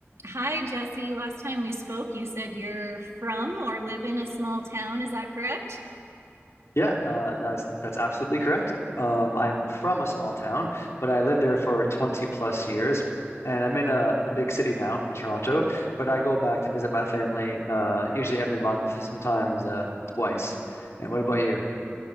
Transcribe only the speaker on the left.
Yeah, uh, that's that's absolutely correct. Um, I'm from a small town, but I lived there for 20 plus years, and I'm in uh, the big city now, Toronto. But I go back to visit my family uh, usually every month, sometimes uh, twice. And what about you?